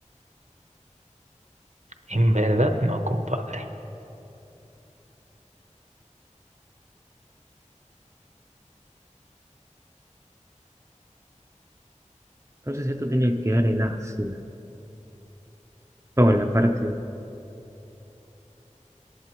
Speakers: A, on the right; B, on the right.
A: En verdad no, compadre.
B: Entonces esto tiene que quedar en Asia, o en la parte...